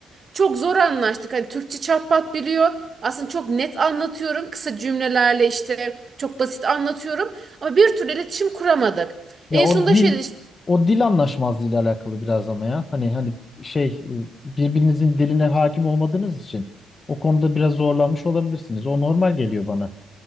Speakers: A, on the right (about 40°); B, on the left (about 35°).
A: Çok zor anlaştık. Hani Türkçe çatpat biliyor. Aslında çok net anlatıyorum. Kısa cümlelerle işte çok basit anlatıyorum. Ama bir türlü iletişim kuramadık.
B: Ya
A: En
B: o
A: sonunda
B: dil
A: şey dedi işte,
B: o dil anlaşmazlığıyla alakalı biraz ama ya. Hani hani şey e, birbirinizin diline hakim olmadığınız için o konuda biraz zorlanmış olabilirsiniz. O normal geliyor bana.